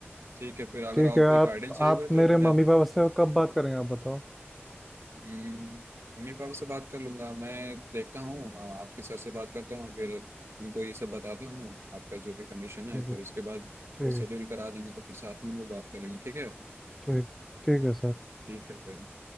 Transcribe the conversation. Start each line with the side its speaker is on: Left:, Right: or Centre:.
Right: ठीक है फिर अगर
Centre: ठीक
Right: आपको
Centre: है
Right: कोई
Centre: आप
Right: गाइडेंस चाहिए
Centre: आप
Right: होगा तो
Centre: मेरे
Right: मैं
Centre: मम्मी पापा से कब बात करेंगे आप बताओ
Right: हम्म, मम्मी पापा से बात कर लूंगा मैं देखता हूँ हाँ, आपके सर से बात करता हूँ फिर उनको ये सब बताता हूँ आपका जो भी कंडीशन है
Centre: ठीक
Right: फिर
Centre: है
Right: उसके बाद
Centre: ठीक
Right: वो शेड्यूल
Centre: है
Right: करा देंगे तो फिर साथ में हम लोग बात कर लेंगे ठीक है
Centre: ठीक ठीक है sir
Right: ठीक है फिर